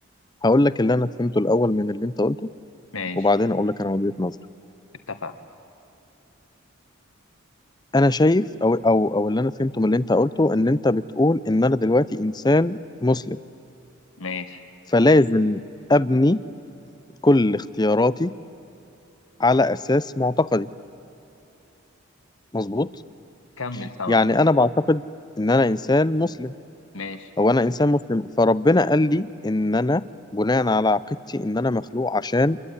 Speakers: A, on the left; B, on the left.
A: هقول لك اللي انا فهمته الاول من اللي انت قلته
B: ماشي
A: وبعدين اقول لك انا وجهة نظري
B: اتفقنا
A: انا شايف او او او اللي انا فهمته من اللي انت قلته ان انت بتقول ان انا دلوقتي انسان مسلم
B: ماشي
A: فلازم أبني كل اختياراتي على أساس معتقدي مظبوط
B: كمل سما
A: يعني أنا بعتقد إن أنا إنسان مسلم
B: ماشي
A: أو أنا إنسان مسلم فربنا قال لي إن أنا بناء على عقيدتي إن أنا مخلوق عشان